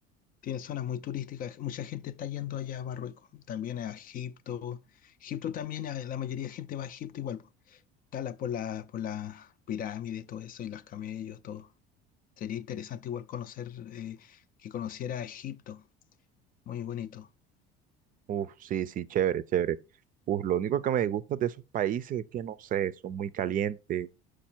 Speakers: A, on the left; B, on the right.
A: tiene zonas muy turísticas, mucha gente está yendo allá a Marruecos, también a Egipto, Egipto también, eh, la mayoría de gente va a Egipto igual, po. está la, por la, por la pirámide, todo eso, y los camellos, todo. Sería interesante igual conocer, eh, que conociera a Egipto, muy bonito.
B: Uf, sí, sí, chévere, chévere. Uf, lo único que me disgusta de esos países es que, no sé, son muy calientes